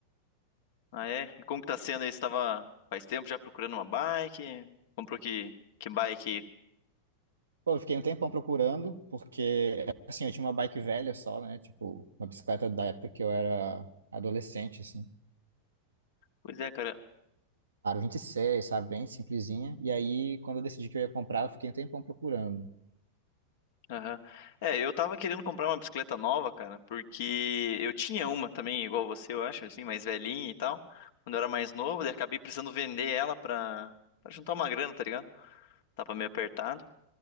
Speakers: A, on the left; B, on the right.
A: Ah, é? E como que tá sendo aí? Você tava faz tempo já procurando uma bike? Comprou que, que bike?
B: Pô, eu fiquei um tempão procurando, porque, assim, eu tinha uma bike velha só, né? Tipo, uma bicicleta da época que eu era adolescente, assim.
A: Pois é, cara.
B: Aro 26, sabe? Bem simplesinha. E aí, quando eu decidi que eu ia comprar, eu fiquei um tempão procurando,
A: Aham. É, eu tava querendo comprar uma bicicleta nova, cara, porque eu tinha uma também, igual você, eu acho, assim, mais velhinha e tal, quando eu era mais novo, daí acabei precisando vender ela pra, pra juntar uma grana, tá ligado? Tava meio apertado.